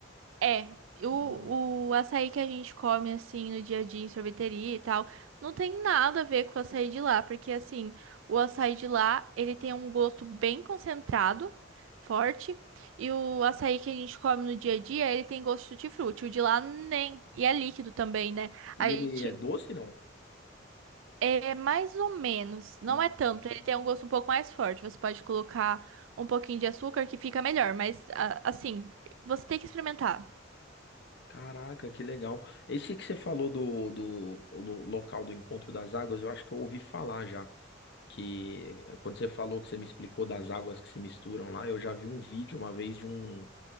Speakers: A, on the right; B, on the left.
A: É, o,
B: Hum.
A: o açaí que a gente come assim no dia a dia em sorveteria e tal, não tem nada a ver com o açaí de lá, porque assim, o açaí de lá, ele tem um gosto bem concentrado, forte, e o açaí que a gente come no dia a dia, ele tem gosto de tutti-frutti, o de lá nem, e é líquido também, né?
B: E
A: A gente
B: ele é doce, não?
A: é mais ou menos, não
B: Hum.
A: é tanto, ele tem um gosto um pouco mais forte, você pode colocar um pouquinho de açúcar que fica melhor, mas a- assim, você tem que experimentar.
B: Caraca, que legal. Esse que você falou do, do, lo- local do encontro das águas, eu acho que eu ouvi falar já. Que eh, quando você falou que você me explicou das águas que se misturam lá, eu já vi um vídeo uma vez de um,